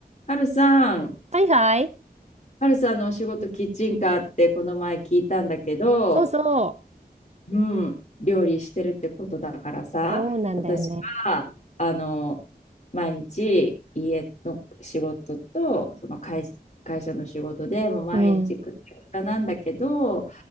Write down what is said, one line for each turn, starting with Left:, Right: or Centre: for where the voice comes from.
Left: はるさん、
Right: はいはい。
Left: はるさんのお仕事キッチンカーってこの前聞いたんだけど、
Right: そうそう。
Left: うん、料理してるってことだからさ、
Right: そうなんだよね。
Left: 私は、あの、毎日家の仕事と、その会、会社の仕事でもう毎日くったくたなんだけど、
Right: うん。